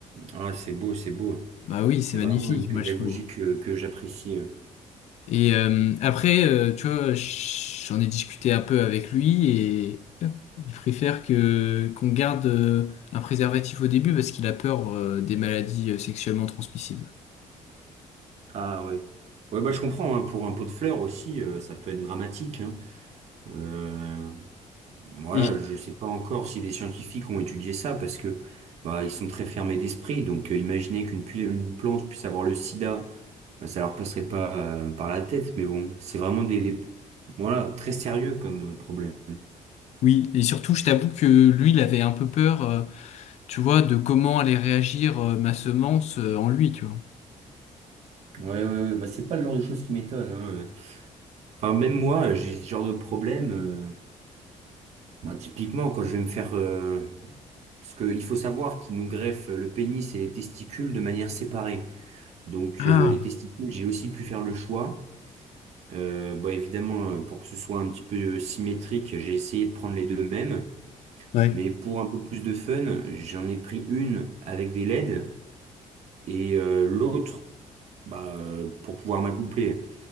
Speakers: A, on the right (about 55°); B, on the left (about 60°).
A: Ah, c'est beau, c'est beau.
B: Bah oui,
A: C'est
B: c'est magnifique,
A: vraiment une pédagogie
B: moi je trouve.
A: que, que j'apprécie. euh.
B: Et euh, après, euh, tu vois, j'en ai discuté un peu avec lui et il préfère que qu'on garde euh, un préservatif au début parce qu'il a peur euh, des maladies euh, sexuellement transmissibles.
A: Ah ouais. Ouais, bah, je comprends, hein, pour un pot de fleurs aussi, euh, ça peut être dramatique. hein. Euh, voilà,
B: Et je-
A: je sais pas encore si des scientifiques ont étudié ça parce que bah, ils sont très fermés d'esprit. Donc euh, imaginer qu'une pu- une plante puisse avoir le sida, bah, ça leur passerait pas euh, par la tête. Mais bon, c'est vraiment des, des- voilà, très sérieux comme euh, problème.
B: oui, et surtout, je t'avoue que lui, il avait un peu peur. euh, tu vois, de comment allait réagir euh, ma semence euh, en lui, tu vois.
A: Ouais, ouais, ouais, bah, c'est pas le genre de choses qui m'étonne. hein. Enfin, même moi, j'ai ce genre de problème. euh, bah, typiquement, quand je vais me faire. euh, Parce qu'il faut savoir qu'ils nous greffent le pénis et les testicules de manière séparée. Donc
B: Ah,
A: euh, les testicules, j'ai aussi pu faire le choix. Euh, bah, évidemment, euh, pour que ce soit un petit peu euh, symétrique, j'ai essayé de prendre les deux mêmes.
B: ouais.
A: Mais pour un peu plus de fun, j'en ai pris une avec des LED et euh, l'autre bah, euh, pour pouvoir m'accoupler.